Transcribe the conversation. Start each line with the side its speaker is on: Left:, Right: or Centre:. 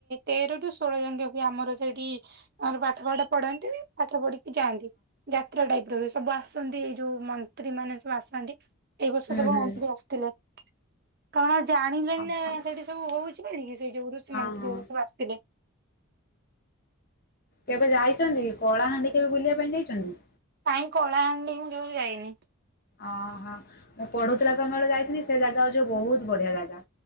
Right: ତେର ରୁ ଷୋହଳ ଜଙ୍କ ହୁଏ ଆମର ସେଇଠି ଆର ପାଠପଢଠ ପଢନ୍ତି ପାଠ ପଢିକି ଯାଆନ୍ତି ଯାତ୍ରା ଟାଇପ ର ସବୁ ଆସନ୍ତି ଏଇ ଯୋଉ ମନ୍ତ୍ରୀ ମାନେ ସବୁ ଆସନ୍ତି। ଏଇ ବର୍ଷ
Left: ହୁଁ
Right: ସବୁ
Left: ହୁଁ।
Right: ମନ୍ତ୍ରୀ ଆସିଥିଲେ କାରଣ ଜାଣିଲେଣିନା
Left: ହଁ
Right: ସେଠି ସବୁ ହଉ କି ସେ ଯୋଉ ଋଷ
Left: ହଁ
Right: ମନ୍ତ୍ରୀବୁ ଆସିଥିଲେ।
Left: କେବେ ଯାଇଚନ୍ତି କଳାହାଣ୍ଡି କେବେ ବୁଲିବା ପାଇଁ ଯାଇଚନ୍ତି?
Right: କାଇଁ କଳାହାଣ୍ଡି ମୁଁ କେବେ ଯାଇନି।
Left: ଓହୋ, ମୁଁ ପଢୁଥିଲା ସମୟ ରେ ଯାଇଥିଲି। ସେ ଜାଗା ହଉଛି ବହୁତ ବଢିଆ ଜାଗା।